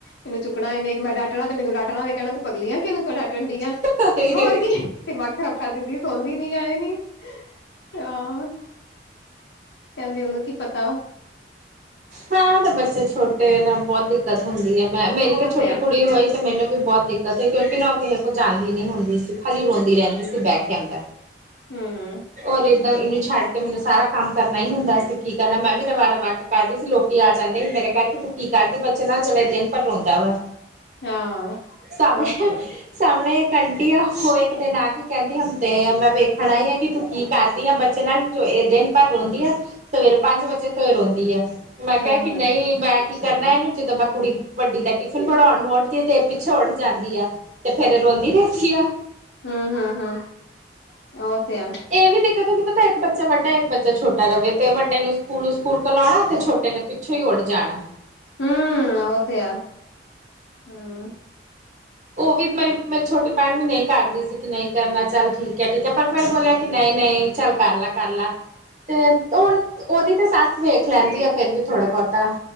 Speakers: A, on the left; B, on the right.
A: ਮੈਨੂੰ ਚੁੱਕਣਾ ਇਹਨੇ ਮੈਂ ਡਾਟਣਾ ਤੇ ਮੈਨੂੰ ਡੱਟਣਾ ਮੈਂ ਕਹਿਣਾ ਤ ਤੇ ਪਗਲੀਆਂ ਕਿ ਉਹਨੂੰ ਡਾਟਣਾ ਡੀਆਂ
B: ਨਾ
A: ਮੈਂ ਹੋਰ ਕੀ। ਦਿਮਾਗ ਖਰਾਬ ਕਰ ਦਿੰਦੀ ਸੋਂਦੀ ਨੀ ਆ ਇਹ ਨੀ ਹਾਂ। ਕਹਿੰਦੀ ਉਹਨੂੰ ਕੀ ਪਤਾ।
B: ਹਾਂ ਤੇ ਬੱਚੇ ਛੋਟੇ ਨਾ ਬਹੁਤ ਦਿੱਕਤ ਹੁੰਦੀ ਹੈ ਮੈਂ ਮੇਰੀ
A: ਉਹ
B: ਤੇ ਛੋਟੀ
A: ਆ
B: ਕੁੜੀ ਨੂੰ ਹੋਈ। ਤੇ ਮੈਨੂੰ ਵੀ ਬਹੁਤ ਦਿੱਕਤ ਹੋਈ ਕਿਉਂਕਿ ਉਹ ਕਿਸੇ ਕੋਲ ਜਾਂਦੀ ਨੀ ਹੁੰਦੀ ਸੀ ਖਾਲੀ ਰੋਂਦੀ ਰਹਿੰਦੀ ਸੀ ਬਹਿ ਕੇ ਅੰਦਰ।
A: ਹਮ
B: ਔਰ ਏਦਾਂ ਇਹਨੂੰ ਛੱਡ ਕੇ ਮੈਨੂੰ ਸਾਰਾ ਕੰਮ ਕਰਨਾ ਹੀ ਹੁੰਦਾ ਸੀ ਕੀ ਕਰਨਾ ਮੈਂ ਵੀ ਰਵਾ ਰਵਾ ਕੇ ਕਰਦੀ ਸੀ ਲੋਕ। ਲੋਕੀ ਆ ਜਾਂਦੇ ਸੀ ਮੇਰੇ ਘਰ ਕਿ ਤੂੰ ਕੀ ਕਰਦੀ ਬੱਚੇ ਨਾਲ ਜਿਹੜਾ ਦਿਨ ਭਰ ਰੋਂਂਦਾ ਵਾ।
A: ਹਾਂ
B: ਸਾਹਮਣੇ।
A: ਉਹ ਤੇ
B: ਸਾਹਮਣੇ ਇਕ ਆਂਟੀ ਆ ਉਹ ਇੱਕ ਦਿਨ ਆ ਕੇ ਕਹਿੰਦੀ ਹੁਣ ਤੇ ਮੈਂ ਵੇਖਣਾ ਆਈ ਆ। ਕਿ ਤੂੰ ਕੀ ਕਰਦੀ ਆ ਬੱਚੇ ਨਾਲ ਜੋ ਇਹ ਦਿਨ ਭਰ ਰੋਂਦੀ ਆ ਸਵੇਰੇ ਪੰਜ ਵਜੇ ਤੋਂ ਹੀ ਰੋਂਦੀ ਆ। ਮੈਂ ਕਿਹਾ
A: ਆ
B: ਕਿ
A: ਹਾਂ,
B: ਨਹੀਂ ਹੀ ਮੈਂ। ਕੀ ਕਰਨਾ ਇਹਨੂੰ ਜਦੋਂ ਮੈਂ ਕੁੜੀ ਵੱਡੀ ਦਾ ਟਿਫਿਨ ਬਣਾਉਣ ਨੂੰ ਉੱਠਦੀ ਆ ਤੇ ਪਿੱਛੇ ਉੱਠ ਜਾਂਦੀ ਆ। ਤੇ ਫੇਰ ਰੋਂਦੀ ਵੇਖੀ ਆ।
A: ਹਮ ਹਮ ਹਮ ਉਹ ਤੇ ਆ।
B: ਇਹ ਵੀ ਦਿੱਕਤ ਹੁੰਦੀ ਪਤਾ ਇੱਕ ਬੱਚਾ ਵੱਡਾ ਇੱਕ ਬੱਚਾ ਛੋਟਾ ਰਹੇ ਤੇ ਵੱਡੇ ਨੂੰ ਸਕੂਲੂ ਸਕੂਲ ਲਾਉਣਾ ਤੇ ਛੋਟੇ ਨੇ। ਪਿੱਛੋਂ ਹੀ ਉੱਠ ਜਾਣਾ।
A: ਹਮ ਉਹ ਤੇ ਹੈ। ਹਮ।
B: ਉਹ ਵੀ ਮੇਰੀ ਛੋਟੀ ਭੈਣ ਵੀ ਨਹੀਂ ਕਰਦੀ ਸੀ ਕਿ ਨਹੀਂ ਕਰਨਾ ਚੱਲ ਠੀਕ ਹੈ ਠੀਕ ਹੈ ਪਰ ਫੇਿਰ ਬੋਲਿਆ ਕਿ ਨਹੀਂ ਨਹੀਂ ਚੱਲ ਕਰਲਾ ਕਰ ਲ ਤੇ ਹੁਣ ਉਹਦੀ ਤੇ ਸੱਸ ਵੇਖ ਲੈਂਦੀ ਆ ਫੇਿਰ ਵੀ ਥੋੜਾ ਬਹੁਤਾ